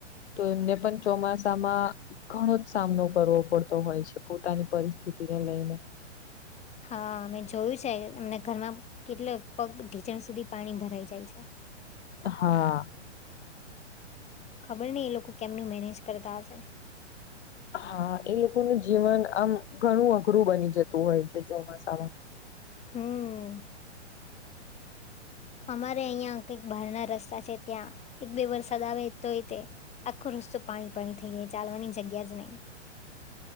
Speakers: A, on the left (about 65°); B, on the left (about 20°).
A: તો એમને પણ ચોમાસામાં ઘણો જ સામનો કરવો પડતો હોય છે પોતાની પરિસ્થિતિને લઈને
B: હા અમે જોયું છે એમના ઘરમાં કેટલે પગ ઢીચણ સુધી પાણી ભરાઈ જાય છે.
A: હા.
B: ખબર નય એ લોકો કેમનું મેનેજ કરતા હશે
A: હા એ લોકોનું જીવન આમ ઘણું અઘરું બની જતું હોય છે ચોમાસામાં
B: હમ્મ. અમારે અહિયાં કંઈક બહારના રસ્તા છે ત્યાં એક બે વરસાદ આવે તોયતે આખો રસ્તો પાણી પાણી થઈ જાય ચાલવાની જગ્યા જ નહી